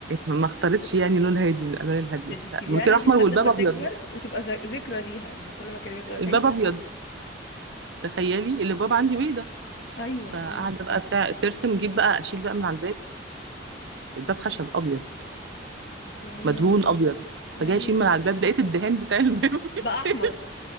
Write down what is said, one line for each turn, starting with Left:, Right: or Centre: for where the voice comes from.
Right: ما اختارتش يعني لون هادي من الالوان الهاديه
Left: ده دي تسيبيها
Right: لا المنكير
Left: لها
Right: احمر
Left: دي لحد
Right: والباب
Left: ما تكبر
Right: ابيض
Left: وتبقى ذ- ذكرى ليها لها كل ما كلمات تقولها شايفة
Right: الباب ابيض تخيلي اللي الباب عندي بيضه
Left: أيوة
Right: فقاعده
Left: كمان
Right: بقى بتاع ترسم جيت بقى اشيل بقى من على الباب الباب خشب ابيض
Left: يعني
Right: مدهون
Left: يا رب
Right: ابيض
Left: يعني
Right: فجاي اشيل
Left: يا
Right: من
Left: رب
Right: على الباب لقيت الدهان بتاع الباب <laughs> بيتشال.
Left: بقى أحمر يا